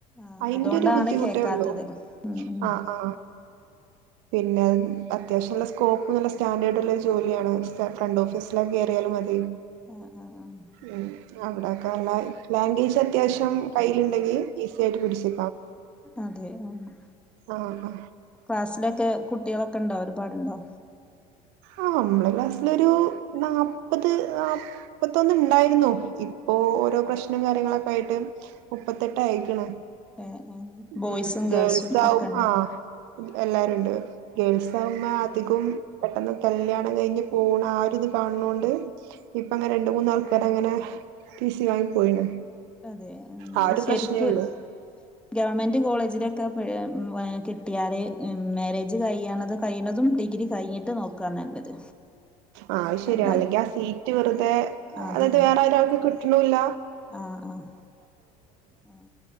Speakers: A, in the centre; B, on the right.
A: ആഹ്
B: അയിന്റെ
A: അതുകൊണ്ടാണ്
B: ഒരു ബുദ്ധിമുട്ടേ
A: കേക്കാത്തത്
B: ഉള്ളൂ.
A: ഉം ഉം
B: ആഹ് ആ പിന്നെ അത് അത്യാവശ്യം നല്ല സ്കോപ്പ് നല്ല സ്റ്റാൻഡേർഡ് ഉള്ള ഒരു ജോലിയാണ് ഫ്രണ്ട് ഓഫീസില് കയറിയാലും മതി.
A: ആഹ് ആഹ് ആഹ്
B: ഉം അവിടെ ക ലാംഗ്വേജ് അത്യാവശ്യം കയ്യിയിലുണ്ടെങ്കിൽ ഈസി ആയിട്ട് പിടിച്ചു
A: അതെ ആഹ്
B: ആ ആ
A: ക്ലാസ് ലൊക്കെ കുട്ടികളൊക്കെ ഉണ്ടാവും ഒരുപാടുണ്ടോ?
B: ആഹ് നമ്മളെ ക്ലാസ്സിലൊരു നാപത് നാല്പ്പത്തൊന്ന് ഉണ്ടായിരുന്നു. ഇപ്പോൊ ഓരോ പ്രശ്ന <unintelligible> കാര്യങ്ങളൊക്കെ ആയിട്ട് മുപ്പത്തെട്ട് ആയേക്കണ്.
A: ഏഹ് ഏഹ് ബോയ്സും
B: ഉം
A: ഗേൾസും
B: ഗേൾസാവും.
A: ഒക്കെ ഉണ്ടോ
B: ആഹ് എല്ലാരുണ്ട് ഗേൾസാവുമ്പം അധികും പെട്ടെന്ന് കല്യാണം കഴിഞ്ഞ് പോണ ആ ഒര് ഇത് കാണ് ണോണ്ട്. ഇപ്പ അങ്ങ രണ്ട് മൂന്ന് ആൾക്കാരങ്ങനെ ട്ടീ സി വാങ്ങി പോയിണ്.
A: അതെ ആഹ്.
B: ആ
A: അഹ്ശരിക്ക്
B: ഒരു പ്രശ്നേ ഉള്ളൂ
A: ഗവൺമെന്റ് കോളേജിലൊക്കെ <unintelligible> കിട്ടിയാല് മാരേജ് കഴ്യണത് കഴിയണതും ഡി ഗ്രി കഴിഞ്ഞിട്ട് നോക്കാ നല്ലത്.
B: ആഹ് അഹ്ശര്യാ.
A: അല്ല
B: അല്ലെങ്കി ആ സീറ്റ് വെറുതെ
A: അതാണ്
B: അതായത് വേറെ ഒരാൾക്ക് കിട്ട് ണൂല്ല
A: ആഹ് ആഹ് ആഹ്